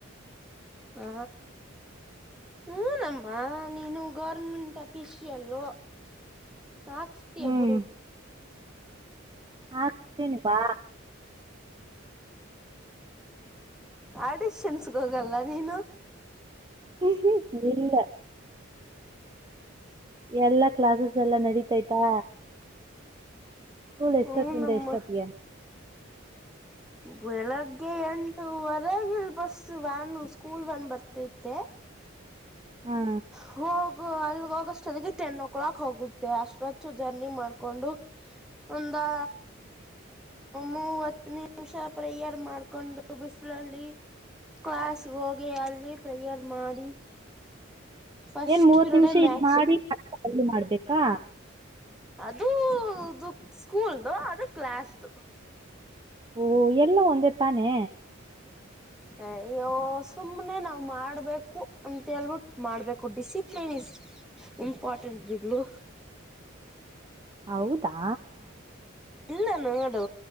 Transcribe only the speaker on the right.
ಹ್ಮ್
ಹಾಕ್ತೀನಿ ಬಾ
ಹ್ಮ್ ಹ್ಮ್ ಇಲ್ಲ ಎಲ್ಲಾ ಕ್ಲಾಸ್ಸ್ ಎಲ್ಲಾ ನಡೀತಾಯ್ತಾ. ಸ್ಕೂಲ್ ಎಷ್ಟೊತ್ತಿಂದ
ಎಷ್ಟೊತ್ತಿಗೆ.
ಹಾ
ಏನ್ ಮೂವತ್ತು
ನಿಮಿಷ ಇಲ್ಲಿ
ಮಾಡಿ ಮತ್ತೆ ಅಲ್ಲೂ ಮಾಡ್ಬೇಕಾ.
ಓ ಎಲ್ಲಾ ಒಂದೇ ತಾನೆ.
ಹೌದಾ